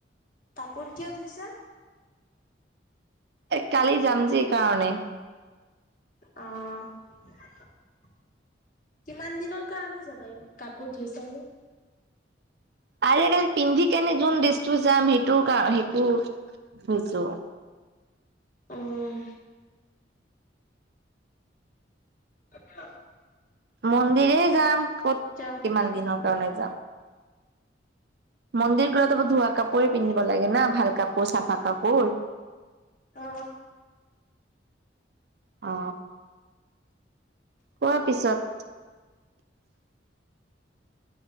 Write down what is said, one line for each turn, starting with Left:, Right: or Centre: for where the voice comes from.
Left: কাপোৰ কিয় ধুইছা?
Right: এই কালি যাম যে এই কাৰণে।
Left: অ। কিমান দিনৰ কাৰণে যাবা ই কাপোৰত ধুইছা যে
Right: আৰেৰে পিন্ধি কেনে যোন ড্ৰেছটো যাম সেইটো সেইটো সেইটো কৈছোঁ।
Left: উম। <unintelligible>
Right: মন্দিৰে যাম ক'ত
Left: কিয়
Right: কিমান দিনৰ কাৰণে যাম মন্দিৰ গলে ত ধোৱা কাপোৰেই পিন্ধিব লাগে না ভাল কাপোৰ চাফা কাপোৰ।
Left: অ
Right: অ। হোৱা পিছত <inaudible>